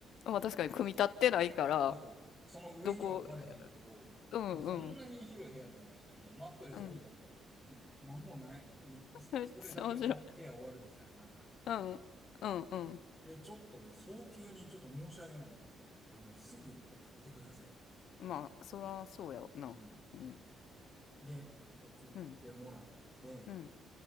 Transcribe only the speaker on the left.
まあ確かに組み立ってないから、
どこ、
うん、うん、
うん。
めっちゃ面白い。うん、うん、うん。
まあ、そらそうやわな。
うん。
うん、うん、